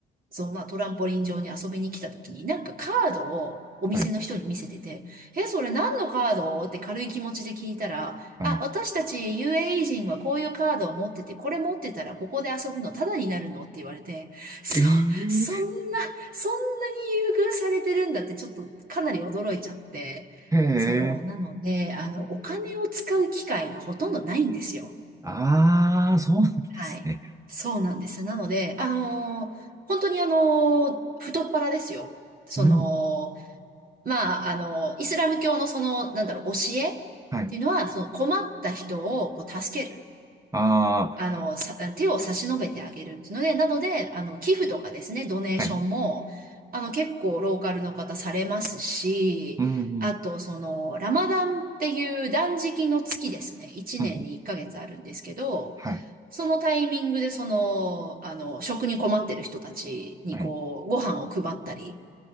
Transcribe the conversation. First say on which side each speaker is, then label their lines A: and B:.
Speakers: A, on the right; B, on the right.
A: そんまあトランポリン上に遊びに来た時に、なんかカードをお店の人に見せてて、
B: はい、
A: え、それ何のカードって軽い気持ちで聞いたら、
B: はい。
A: あ、私たち UAE 人はこういうカードを持ってて、これ持ってたらここで遊ぶのタダになるのって言われて、そ、
B: え
A: そんな、そんなに優遇されてるんだってちょっとかなり驚いちゃって、
B: えへえ。
A: そう、なので、あの、お金を使う機会がほとんどないんですよ。
B: ああ、そうなんですね。
A: はい。そうなんです。なので、あのー本当にあのー太っ腹ですよ。その、
B: うん。
A: まあ、あのーイスラム教のその、なんだろう、教えっていうのは、
B: はい。
A: その困った人をこう助ける。
B: ああ、
A: あの、さ、手を差し伸べてあげるっていうので、なので、あの、寄付とかですね、ドネーションも、
B: はい。
A: あの、結構ローカルの方されますし、
B: うんうん。
A: あと、その、ラマダンっていう断食の月ですね、1年に1ヶ月あるんですけど、
B: うんうん。はい。
A: そのタイミングで、その、あの、食に困ってる人たちに、
B: はい。
A: こう、ご飯を配ったり、